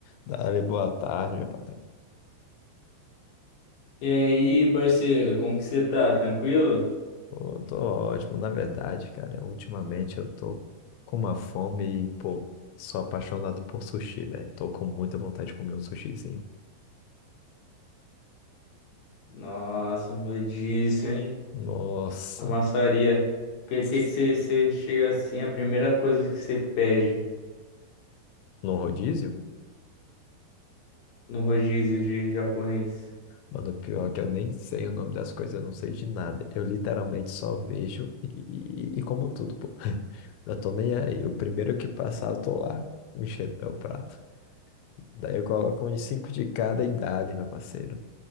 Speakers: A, on the left (about 85°); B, on the left (about 65°).
A: Dale, boa tarde, meu patrão.
B: E aí, parceiro, como que você tá? Tranquilo?
A: Pô, tô ótimo, na verdade, cara. Ultimamente eu tô com uma fome e, pô, sou apaixonado por sushi, velho. Tô com muita vontade de comer um sushizinho.
B: Nossa, um rodízio, hein?
A: Nossa,
B: A maçaria. O que,
A: s-
B: que, que você, você chega assim, a primeira coisa que você pede
A: no rodízio?
B: no rodízio de japonês?
A: Mano, pior que eu nem sei o nome das coisas, eu não sei de nada. Eu literalmente só vejo e, e- e como tudo, pô. <laughs> Eu tô nem aí. O primeiro que passar, eu tô lá, enchendo meu prato. Daí eu coloco uns cinco de cada idade, meu parceiro.